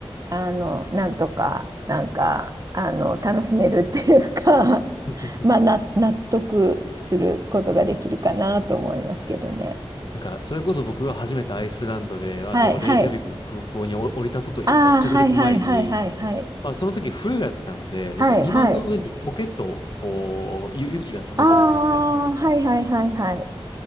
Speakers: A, on the right; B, on the left.
A: あの、なんとか、なんか、あの、楽しめるっていうか、
B: <laughs>
A: <laughs> まあ、な、納得することができるかなと思いますけどね。
B: なんか、それこそ僕が初めてアイスランドで、あの、
A: はい、
B: レイキャビクの空港にお降り立つというか、
A: はい。ああ、
B: 着陸前に、
A: はい、はい、はい、はい、はい。
B: まあ、その時冬やったんで、
A: はい、
B: なんか岩の上に苔と、
A: はい。
B: こう、ゆ雪が積もってたんですね。
A: ああ、はい、はい、はい、はい。